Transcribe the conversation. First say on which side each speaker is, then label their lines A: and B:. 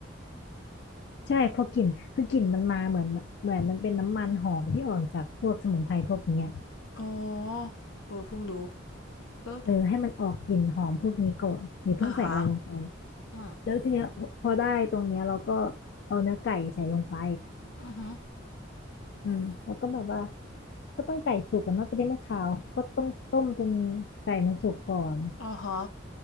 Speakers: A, on the left; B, on the left.
A: ใช่พอกลิ่นคือกลิ่นมันมาเหมือนเหมือนมันเป็นน้ำมันหอมที่ออกจากพวกสมุนไพรพวกเนี้ย
B: อ๋อเออเพิ่งรู้เออ
A: เออให้มันออกกลิ่นหอมพวกนี้ก่อนอย่าเพิ่งใส่อะไรลงไป
B: อ่ะฮะอืม
A: แล้วทีเนี้ยพอได้ตรงเนี้ยเราก็เอาเนื้อไก่ใส่ลงไป
B: อือหือ
A: อืมแล้วก็แบบว่าก็ต้องไก่สุกกันเนาะจะได้ไม่คาวก็ต้องต้มจนไก่มันสุกก่อน
B: อ่ะฮะ